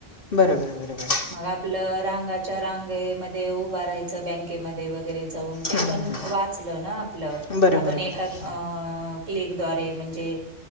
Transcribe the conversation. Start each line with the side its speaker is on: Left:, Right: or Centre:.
Left: बरं बरं बरं बरं
Right: मग आपलं रांगाच्या रांगेमध्ये उभं राहायचं बँकेमध्ये वगै वगैरे जाऊन ते
Left: हं,
Right: पण
Left: हं,
Right: वाचलं ना आपलं
Left: हं. बरं
Right: आपण
Left: बरं
Right: एका
Left: बरं
Right: अ क्लिक द्वारे म्हणजे